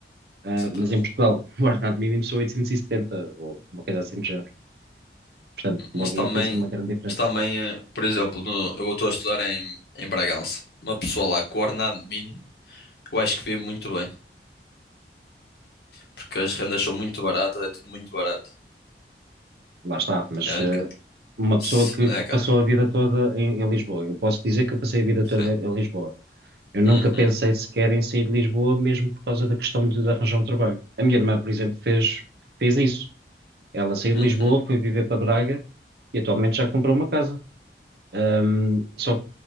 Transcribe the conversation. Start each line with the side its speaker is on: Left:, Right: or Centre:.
Right: Ah,
Left: Exatamente.
Right: mas em Portugal, <laughs> o ordenado mínimo são 870 ou uma coisa assim do género. Portanto, logo
Left: Mas também,
Right: aí tens uma grande diferença.
Left: mas também, eh, por exemplo, no- eu estou a estudar em, em Bragança. Uma pessoa lá com o ordenado mínimo, eu acho que vive muito bem. Porque as rendas são muito baratas, é tudo muito barato.
Right: Lá está, mas
Left: É a única...
Right: eh, uma
Left: Se-
Right: pessoa que,
Left: É,
Right: que
Left: cara.
Right: passou a vida toda em, em Lisboa, eu posso dizer que eu passei a vida
Left: Sim.
Right: toda em, em Lisboa. Eu nunca
Left: Uhum,
Right: pensei sequer em sair de Lisboa, mesmo por causa da questão de, de arranjar um trabalho. A minha irmã, por exemplo, fez, fez isso. Ela saiu
Left: uhum.
Right: de Lisboa, foi viver para Braga e atualmente já comprou uma casa. Um, só que